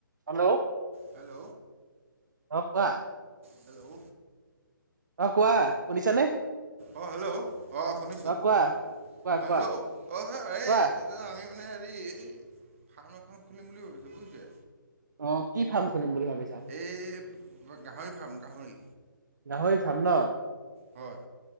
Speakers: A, on the right; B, on the right.
A: Hello
B: hello.
A: অঁ কোৱা।
B: Hello.
A: অ কোৱা, শুনিছানে?
B: অ হেল্ল' অ শুনিছো
A: অ কোৱা কোৱা
B: অ
A: কোৱা
B: হেল্ল' অ <unintelligible>
A: কোৱা
B: আমি মানে হেৰি এই ফাৰ্ম এখন খুলিম বুলি ভাবিছো বুজিছে?
A: অ কি ফাৰ্ম খুলিম বুলি ভাবিছা?
B: এই গাহৰি ফাৰ্ম গাহৰি।
A: গাহৰি ফাৰ্ম ন?
B: হয়।